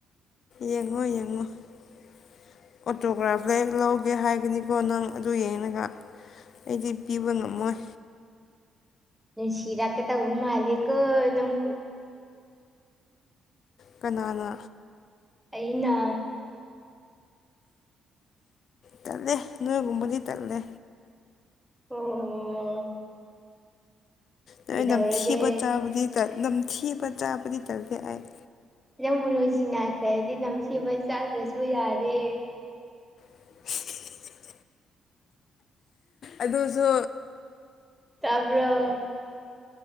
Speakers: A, on the left; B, in the centre.
A: ꯌꯦꯡꯉꯣ ꯌꯦꯡꯉꯣ ꯑꯣꯇꯣꯒ꯭ꯔꯥꯐ ꯂꯦꯛ ꯂꯧꯒꯦ ꯍꯥꯏꯒꯅꯤꯀꯣ ꯅꯪ ꯑꯗꯨ ꯌꯦꯡꯉꯒ ꯑꯩꯗꯤ ꯄꯤꯕ ꯉꯝꯃꯣꯏ
B: ꯁꯤꯔ ꯀꯦ ꯇꯧꯕ ꯃꯥꯂꯤꯛꯀꯣ ꯅꯪꯕꯨ
A: ꯀꯅꯥꯅ
B: ꯑꯩꯅ
A: ꯇꯂꯦ ꯅꯣꯏ ꯀꯨꯝꯕꯅꯤ ꯇꯂꯦ
B: ꯑꯣ
A: ꯅ
B: ꯀꯩꯗꯧꯔꯒꯦ
A: ꯅꯝꯊꯤꯕ ꯆꯥꯕꯨꯗꯤ ꯅꯝꯊꯤꯕ ꯆꯥꯕꯗꯤ ꯇꯜꯂꯦ ꯑꯩ
B: ꯅꯪ ꯃꯅꯣꯖꯤ ꯅꯥꯈ꯭ꯔꯦ ꯍꯥꯏꯗꯤ ꯅꯝꯊꯕ ꯆꯥꯗ꯭ꯔꯁꯨ ꯌꯥꯔꯦ
A: <unintelligible> ꯑꯗꯨꯁꯨ
B: ꯇꯕꯔꯣ